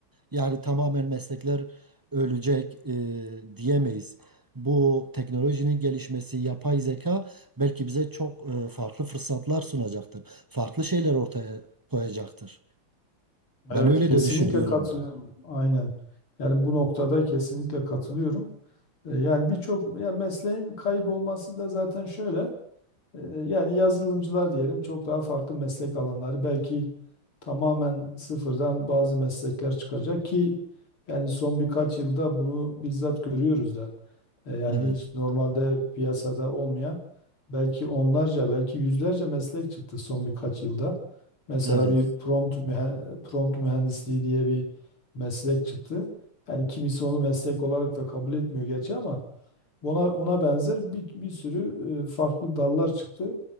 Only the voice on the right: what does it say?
Yani tamamen meslekler ölecek e, diyemeyiz. Bu teknolojinin gelişmesi, yapay zeka belki bize çok e, farklı fırsatlar sunacaktır. Farklı şeyler ortaya koyacaktır. Ben
öyle
de düşünüyorum.
Evet,
evet,